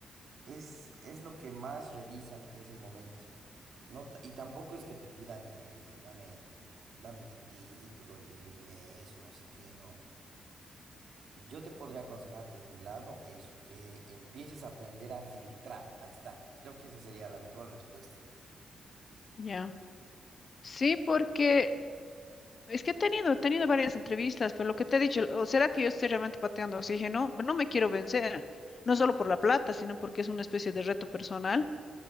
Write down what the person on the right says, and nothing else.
es, es lo que más revisan ese momento. No, ta- y tampoco es que te pidan, eh, dame, dame tu título de inglés o no sé qué, no. Yo te podría aconsejar de mi lado eso, que empieces a aprender a filtrar, ahí está. Creo que esa sería la mejor respuesta.